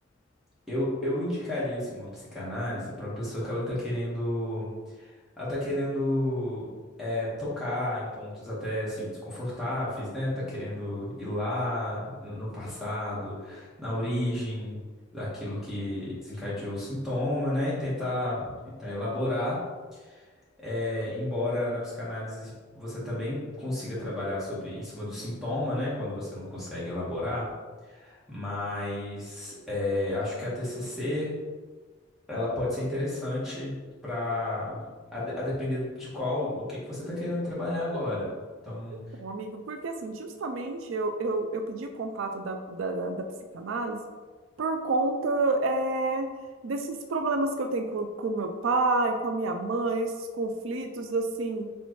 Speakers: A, in the centre; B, on the right (about 80°).
A: eu, eu indicaria assim, uma psicanálise para uma pessoa que ela tá querendo. Ela tá querendo é, tocar em pontos até assim, desconfortáveis, né? Tá querendo ir lá no no passado, na origem daquilo que desencadeou o sintoma, né? E tentar, tentar elaborar. É, embora na psicanálise você também consiga trabalhar sobre em cima do sintoma, né, quando você não consegue elaborar, mas é, acho que a TCC ela pode ser interessante para a, de- a depender de qual o que que você está querendo trabalhar agora. Então,
B: Então, amigo, porque assim, justamente eu, eu, eu pedi o contato da, da, da psicanálise por conta é, desses problemas que eu tenho com, com meu pai, com a minha mãe, esses conflitos, assim.